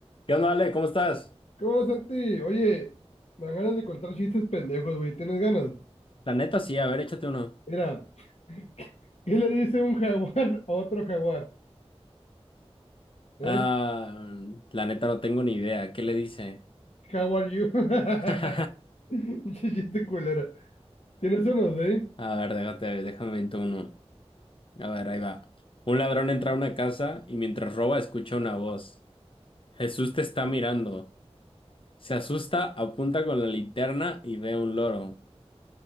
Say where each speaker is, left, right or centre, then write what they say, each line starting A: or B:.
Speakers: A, on the left; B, on the left.
A: ¿Qué onda, Ale? ¿Cómo estás?
B: ¿Cómo, Santi? Oye, me dan ganas de contar chistes pendejos, güey. ¿Tienes ganas?
A: La neta sí, a ver, échate uno.
B: Mira, <laughs> ¿qué le dice un jaguar a otro jaguar? ¿Eh?
A: Ah, la neta no tengo ni idea. ¿Qué le dice?
B: How are you? <laughs> Pinche
A: <laughs>
B: Chiste culero. ¿Tienes unos de <laughs>
A: A ver, déjate, déjame invento uno. A ver, ahí va. Un ladrón entra a una casa y mientras roba escucha una voz. Jesús te está mirando. Se asusta, apunta con la linterna y ve un loro.